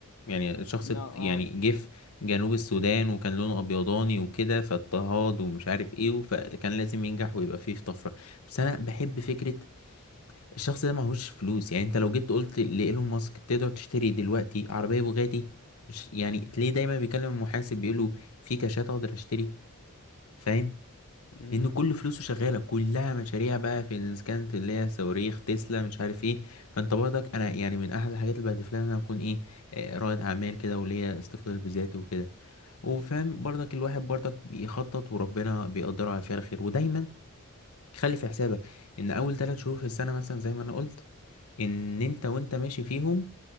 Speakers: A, on the left; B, on the left.
A: يعني الشخص
B: لا اه
A: يعني جه في جنوب السودان وكان لونه أبيضاني وكده فاضطهاد ومش عارف إيه فكان لازم ينجح ويبقى فيه في طفرة بس أنا بحب فكرة الشخص ده معهوش فلوس يعني انت لو جيت قلت لإيلون ماسك تقدر تشتري دلوقتي عربية بوجاتي مش يعني تلاقيه دايما بيكلم المحاسب بيقوله في كاشات اقدر اشتري فاهم
B: أمم،
A: لان كل فلوسه شغالة كلها مشاريع بقى في إذا كانت اللي هي صواريخ تسلا مش عارف ايه فانت برضك انا يعني من احد الحاجات اللي بهدف لها ان انا اكون ايه آه، رائد اعمال كده وليا استقلال بذاتي وكده وفاهم برضك الواحد برضك بيخطط وربنا بيقدره على فعل خير ودايما خلي في حسابك ان اول ثلاث شهور في السنة مثلا زي ما انا قلت ان انت وانت ماشي فيهم